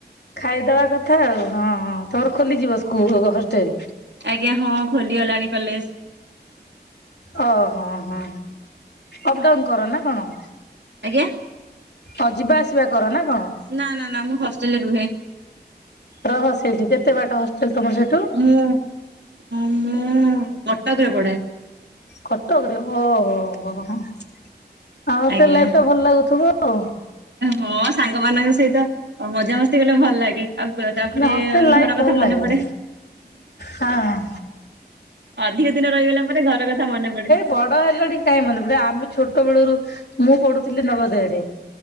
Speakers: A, on the left (about 70°); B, on the right (about 85°).
A: ଖାଇଦବା କଥା ଆଉ ହଁ- ହଁ ତମର ଖୋଲିଯିବ ସ୍କୁ -ହଷ୍ଟେଲ୍?
B: ଆଜ୍ଞା ହଁ ଖୋଲିଗଲାଣି କଲେଜ୍।
A: ଓହୋ- ହଁ ଅପ୍ ଡାଉନ୍ କର ନା କଣ?
B: ଆଜ୍ଞା।
A: ଅ- ଯିବା ଆସିବା କର ନା କଣ?
B: ନା -ନା -ନା ମୁଁ ହଷ୍ଟେଲରେ ରୁହେ।
A: ରହ ସେଇଠି କେତେ ବାଟା ହଷ୍ଟେଲ ତମର ସେଠୁ?
B: ମୁଁ ମୁଁ କଟକରେ ପଢେ।
A: କଟକରେ ଓହୋ ହୋ ହଁ ଆଉ ସେ
B: ଆଜ୍ଞା।
A: ଲାଇଫଟା ଭଲ ଲାଗୁଥିବ ଆଉ।
B: ହଁ ସାଙ୍ଗମାନଙ୍କ ସହିତ ମଜାମସ୍ତି କଲେ ଭଲ ଲାଗେ। ଆଉ ତାପରେ
A: ନା ହଷ୍ଟେଲ ଲାଇଫ
B: ଘର କଥା
A: ଭଲ
B: ମନେ
A: ଲାଗେ
B: ପଡେ।
A: ହଁ।
B: ଅଧିକ ଦିନ ରହିଗଲା ପରେ ଘର କଥା ମନେ ପଡେ।
A: ବଡ ହେଲଣି କାଇଁ ମନେପଡିବ ଆମେ ଛୋଟ ବେଳରୁ ମୁଁ ପଢୁଥିଲି ନବୋଦୟରେ